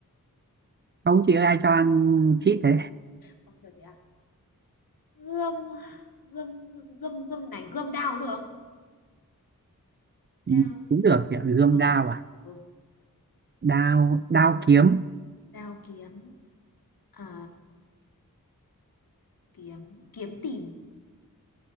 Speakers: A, on the right (about 35°); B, on the left (about 85°).
A: không chị ơi ai cho ăn chít thế
B: Không chơi thế à? Gươm gươm gươm gươm này, gươm đao có được không?
A: Ừ,
B: Đao,
A: cũng được chị ạ Gươm
B: ừ,
A: Đao à
B: ừ,
A: Đao Đao kiếm
B: đao kiếm, à, kiếm kiếm tìm,